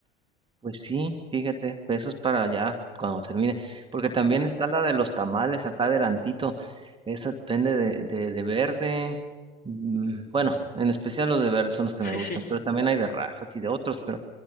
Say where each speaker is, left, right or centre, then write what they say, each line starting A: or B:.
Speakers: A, on the right; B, on the left.
A: Pues sí, fíjate, pesos para allá cuando termine, porque
B: Ujú.
A: también está la de los tamales acá adelantito, esa depende de, de, de verde, mm, bueno, en especial los de verde son los que
B: Sí,
A: me gustan,
B: sí.
A: pero también hay de rajas y de otros, pero